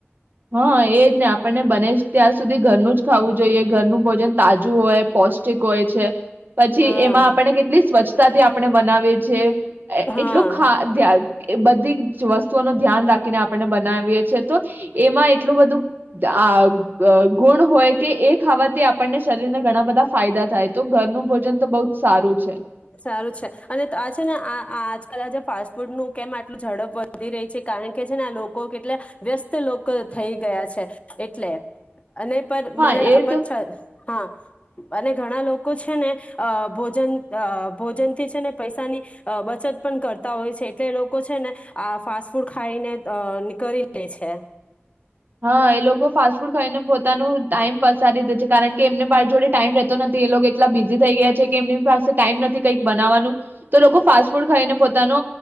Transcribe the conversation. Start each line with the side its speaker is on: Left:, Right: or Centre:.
Right: હા એ જ ને આપણને બને જ ત્યાં સુધી ઘરનું જ ખાવું જોઈએ, ઘરનું ભોજન તાજું હોય, પૌષ્ટિક હોય છે. પછી
Left: હા
Right: એમાં આપણને કેટલી સ્વચ્છ તા થી આપણે બનાવીએ છીએ.
Left: હા
Right: એટલું ખા ધ્યા એ બધી જ વસ્તુ ઓનું ધ્યાન રાખીને આપણને બનાવીએ છીએ તો એમાં એટલું બધું આ અ ગુણ હોય કે એ ખાવાથી આપ શરીર ને ઘણા બધા ફાયદા થાય તો <unintelligible> એનું ભોજન તો બઉ જ સારું. છે.
Left: સારું છે અને ત આ છે ને આ આ આજકાલના જે ફાસ્ટ ફૂડનું કેમ આટલું ઝડપ વધી રય છે કારણ કે છે ને આ લોકો કેટલા વ્યસ્ત લોકો થઈ ગયા છે એટલે. અને પન
Right: હા
Left: મને <unintelligible>
Right: એ તો
Left: હા અને ઘણા લોકો છે ને અ ભોજન અ અ ભોજનથી છે ને પૈસાની અ બચત પણ કરતા હોય છે એટલે એ લોકો છે ને આ ફાસ્ટ ફૂડ ખાઈને દ અ ની કરી લે છે.
Right: હા, એ લોકો ફાસ્ટ ફૂડ ખાઈને પોતાનું ટાઈમ પસારી દે છે, કારણ કે એમને પા જોડે ટાઈમ રેતો નથી, એ લોકો એટલા બિઝી થઈ ગયા છે કે એમની પાસે ટાઈમ નથી. કંઈક બનાવાનું તો લોકો ફાસ્ટ ફૂડ ખાઈને પોતાનો